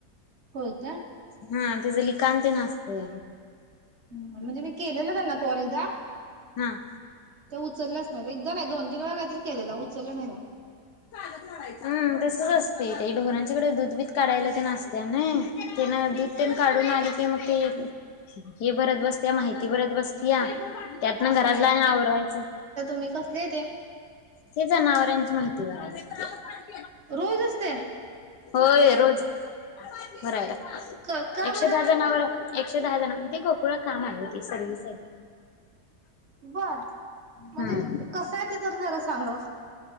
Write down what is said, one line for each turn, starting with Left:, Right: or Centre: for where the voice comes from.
Right: होय काय
Left: हा तिचं लिकांन ते असतय.
Right: म्हणजे मी केलेलं त्यांना कॉल एकदा
Left: हम्
Right: ते उचललंच नाही एकदा नाही दोन तीन वेळा काय तर केलेला उचललं नाही ना
Left: हम्म तसच असते ते ढोरांच्याकडे दूध बीध काढायला ते असतय ना तेन दूध तेन काढून आली की मग ते हे भरत बसत्या या माहिती भरत बसत्या त्यात ना आणि घरातला आणि आवरायचं
Right: मी कसले य तेे
Left: हे जनावरांची माहिती बरा लगत्या
Right: रोज असतय
Left: होय रोज भरायला
Right: क का
Left: एकशे
Right: बरं
Left: दहा जानवर एकशे दहा जण म्हण ते गोकुळ काम आहे होती सर्व सा
Right: बर म्हणजे
Left: हम्म
Right: कस आहे ते जरा जरा सांगा